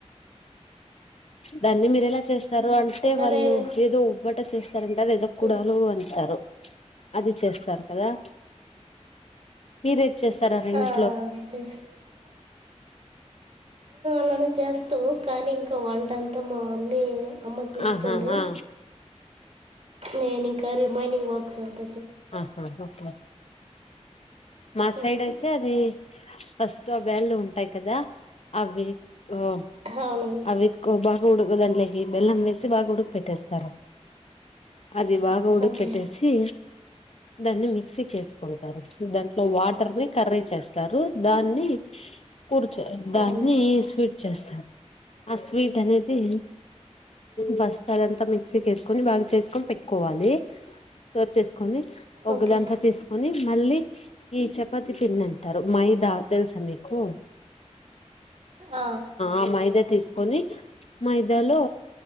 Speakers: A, on the left; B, on the right.
A: దాన్ని మీర ఎలా చేస్తారు అంటే ట్టే
B: అలాగే
A: వాళ్లు ఏదో ఉబ్బట్ అట్ట చేస్తారంటే అది ఏదో కుడాలు
B: మ్మ్.
A: అంటారు. అది చేస్తారు కదా మీరేది చేస్తారా రండి.
B: త అలానే చేస్తాము కానీ ఇంకా వంట అంతా మా మమ్మీ అమ్మ చూస్తుంది.
A: ఆహా ఆ
B: నేనింకా రిమైనింగ్ వర్క్స్ అంత
A: ఆహా ఒకే మా సైడ్
B: మ్మ్.
A: అయితే అది ఫస్ట్ బ్యాల్లు ఉంటాయి కదా అవి ఓ
B: అవును
A: అవి బా ఉడుకు దాంట్లోకి బెల్లం వేసి బాగా ఉడుకు పెట్టేస్తారు. అది బాగా ఉడికిపెట్టేసి
B: ఓకే
A: దాన్ని మిక్సీ చేసుకుంటారు దా ఇట్లో వాటర్ ని కర్రీ చేస్తారు దాన్ని కూర్చ దాన్ని
B: అవును
A: స్వీట్ చేస్తారు ఆ స్వీట్ అనేది బస్ అదంతా మిక్సీకి వేసుకొని బాగా చేసుకొని పెట్టుకోవాలి త చేసుకొని ఒకదాంట్లో
B: ఓకే
A: తీసుకుని మళ్ళీ ఈ చపాతి పిన్న అంటారు మైదా తెలుసా మీకు
B: ఆ
A: ఆ మైదా తీసుకొని మైదాలో